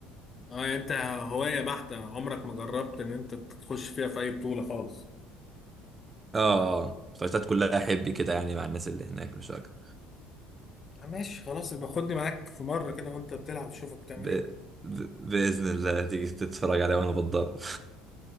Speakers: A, on the left (about 30°); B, on the right (about 20°).
A: اه يعني انت هواية بحتة عمرك ما جربت ان انت تخش فيها في اي بطولة خالص
B: اه آه، فايتات كلها حبي كده يعني مع الناس اللي هناك مش أكتر
A: آه، ماشي خلاص يبقى خدني معاك في مرة كده وانت بتلعب شوفك بتعمل
B: ب...
A: ايه
B: ب... بإذن الله تيجي تتفرج عليها وأنا بتضرب